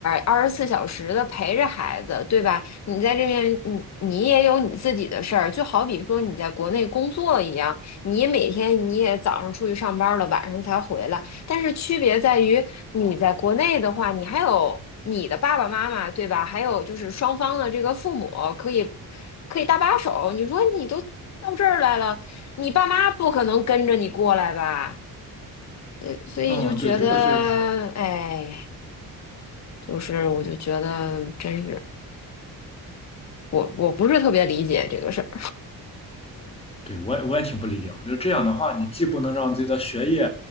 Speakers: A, on the left; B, on the left.
A: 二十四小时的陪着孩子，对吧？你在这边，你你也有你自己的事儿，就好比说你在国内工作一样，你每天你也早上出去上班了，晚上才回来，但是区别在于你在国内的话，你还有你的爸爸妈妈，对吧？还有就是双方的这个父母可以可以搭把手。你说你都到这儿来了。你爸妈不可能跟着你过来吧？呃，所以就觉得，
B: 嗯，对，这个确实是，
A: 哎，就是我就觉得真是我我不是特别理解这个事儿。
B: 对，我也我也挺不理解。我觉得这样的话，你既不能让自己的学业，